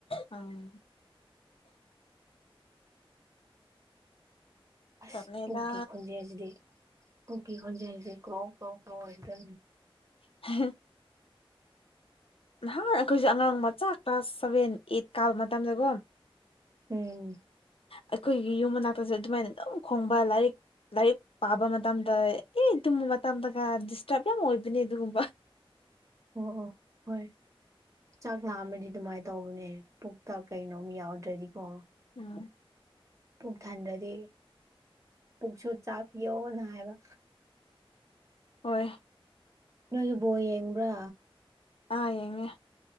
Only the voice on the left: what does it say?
ꯑꯪ
ꯇꯜꯂꯦꯗ
ꯍ ꯅꯍꯥꯟ ꯑꯩꯈꯣꯏꯁꯨꯦ ꯑꯉꯥꯡ ꯃꯆꯥ ꯀ꯭ꯂꯥꯁ ꯁꯚꯦꯟ ꯑꯩꯠ ꯀꯥꯕ ꯃꯇꯝꯗꯒꯨꯝ
ꯑꯩꯈꯣꯏꯒꯤ ꯌꯨꯝ ꯃꯅꯥꯛꯇꯁꯨ ꯑꯗꯨꯃꯥꯏꯅ ꯑꯗꯨꯝ ꯈꯣꯡꯕ ꯂꯥꯏꯔꯤꯛ ꯂꯥꯏꯔꯤꯛ ꯄꯥꯕ ꯃꯇꯝꯗ ꯑꯦ ꯇꯨꯝꯕ ꯃꯇꯝꯗꯒ ꯗꯤꯁꯇꯔꯕ ꯌꯥꯝ ꯑꯣꯏꯕꯣꯏꯅꯦ ꯑꯗꯨꯒꯨꯝꯕ
ꯎꯝ
ꯍꯣꯏ
ꯑꯥ ꯌꯦꯡꯉꯦ